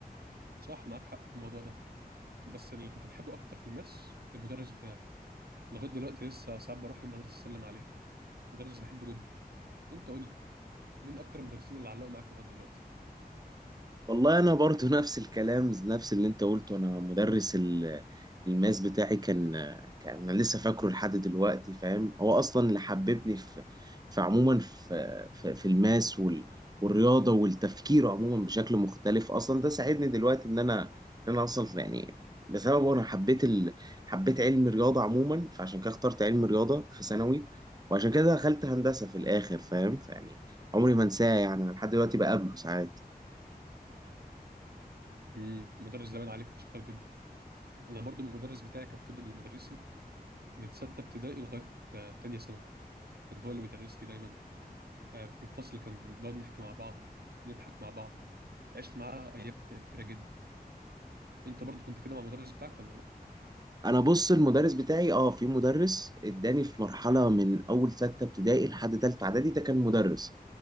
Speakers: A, on the right; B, on the right.
A: صح معاك حق في الموضوع ده بس اللي كنت بحبه اكتر في الماس المدرس بتاعي لغايه دلوقتي لسه ساعات بروح المدرسه اسلم عليه مدرس بحبه جدا انت قول لي مين اكتر المدرسين اللي علقوا معاك لغايه دلوقتي
B: والله انا برضو <laughs> نفس الكلام نفس اللي انت قلته انا مدرس ال- الماس بتاعي كان كان انا لسه فاكره لحد دلوقتي فاهم هو اصلا اللي حببني في في عموما في في, في الماس وال والرياضه والتفكير عموما بشكل مختلف اصلا ده ساعدني دلوقتي ان انا ان انا اصلا يعني بسببه انا حبيت ال... حبيت علم الرياضه عموما فعشان كده اخترت علم الرياضه في ثانوي وعشان كده دخلت هندسه في الاخر فاهم فيعني عمري ما انساه يعني أنا لحد دلوقتي بقابله ساعات
A: امم مدرس زمان عليه كان شاطر جدا انا برضو المدرس بتاعي كان فضل مدرسي من سته ابتدائي لغايه آه، تانية ثانوي كان هو اللي بيدرس لي دايما آه، في الفصل كان بنقعد نحكي مع بعض نضحك مع بعض عشت معاه ايام كتيره جدا انت برضو كنت كده مع المدرس بتاعك ولا لا
B: انا بص المدرس بتاعي اه في مدرس اداني في مرحله من اول سته ابتدائي لحد تالته اعدادي ده كان مدرس